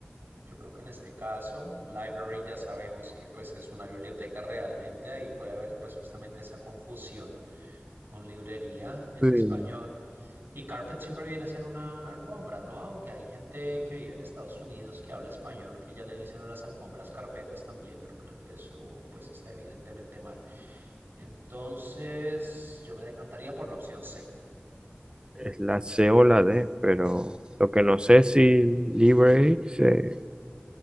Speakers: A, on the right; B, on the right.
A: yo creo que en este caso, library ya sabemos que pues es una biblioteca realmente, ahí puede haber pues justamente esa confusión con librería en
B: Sí.
A: español. Y carpet siempre viene a ser una, una alfombra, ¿no? Aunque hay gente que vive en Estados Unidos que habla español, que ya le dicen a las alfombras carpetas también, pero creo que eso pues está evidentemente mal. Entonces, yo me decantaría por la opción C.
B: Es la C o la D, pero lo que no sé es si library se,